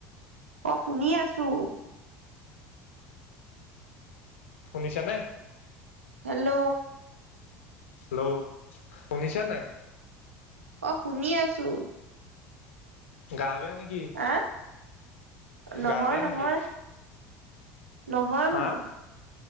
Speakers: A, on the right; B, on the left.
A: অঁ' শুনি আছোঁ।
B: শুনিছা নে?
A: হেল্ল'।
B: হেল্ল' শুনিছা নাই?
A: অহ' শুনি আছো।
B: গা বেয়া নেকি?
A: আঁহ', নহয়-নহয়,
B: গা বেয়া নেকি
A: নহয় বোলো।
B: হা